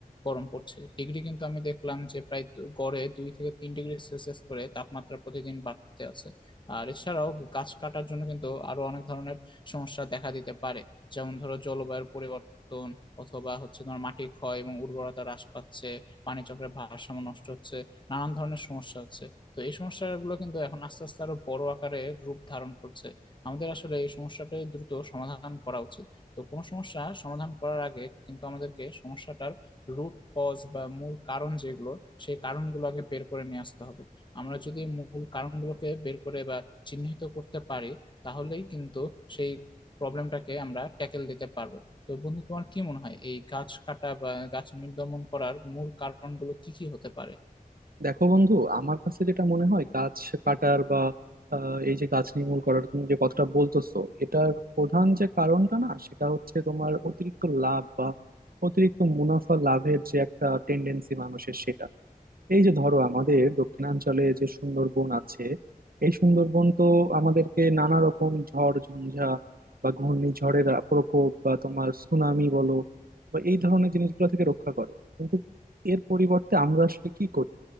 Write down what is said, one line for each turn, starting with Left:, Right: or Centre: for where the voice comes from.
Left: গরম পড়ছে ডিগ্রি কিন্তু আমি দেখলাম যে প্রায় দু- গড়ে দুই থেকে তিন ডিগ্রি সেলসিয়াস করে তাপমাত্রা প্রতিদিন বাড়তে আছে আর এছাড়াও গাছ কাটার জন্য কিন্তু আরো অনেক ধরনের সমস্যা দেখা দিতে পারে যেমন ধরো জলবায়ুর পরিবর্তন অথবা হচ্ছে তোমার মাটি ক্ষয় এবং উর্বরতা হ্রাস পাচ্ছে পানি চক্রের ভারসাম্য নষ্ট হচ্ছে নানান ধরনের সমস্যা হচ্ছে তো এই সমস্যাগুলো কিন্তু এখন আস্তে আস্তে আরো বড় আকারে রূপ ধারণ করছে আমাদের আসলে এই সমস্যাটা দ্রুত সমাধান করা উচিত তো কোনো সমস্যা সমাধান করার আগে কিন্তু আমাদেরকে সমস্যাটার রুট কজ বা মূল কারণ যেগুলো সেই কারণগুলো আগে বের করে নিয়ে আসতে হবে আমরা যদি মূল কারণগুলোকে বের করে বা চিহ্নিত করতে পারি তাহলেই কিন্তু সেই প্রবলেমটাকে আমরা ট্যাকেল দিতে পারবো তো বন্ধু তোমার কি মনে হয় এই গাছ কাটা বা গাছ নির্গমন করার মূল কারণগুলো কি কি হতে পারে
Right: দেখো বন্ধু আমার কাছে যেটা মনে হয় গাছ কাটার বা আহ, এই যে গাছ নির্মূল করার তুমি যে কথাটা বলতেছো এটার প্রধান যে কারণটা না সেটা হচ্ছে তোমার অতিরিক্ত লাভ বা অতিরিক্ত মুনাফা লাভের যে একটা টেন্ডেন্সি মানুষের সেটা এই যে ধরো আমাদের দক্ষিণাঞ্চলে যে সুন্দরবন আছে এই সুন্দরবন তো আমাদেরকে নানা রকম ঝড় ঝঞ্ঝা বা ঘূর্ণিঝড়ের আ- প্রকোপ বা তোমার সুনামি বলো বা এই ধরনের জিনিসগুলো থেকে রক্ষা করে কিন্তু এর পরিবর্তে আমরা আসলে কি করি